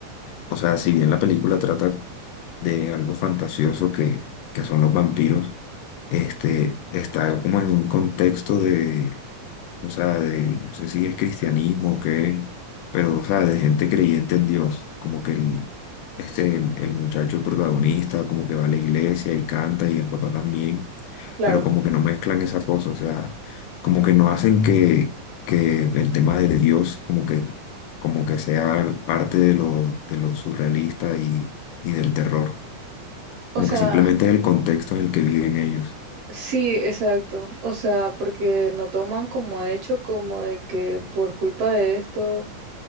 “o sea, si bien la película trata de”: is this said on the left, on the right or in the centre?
Left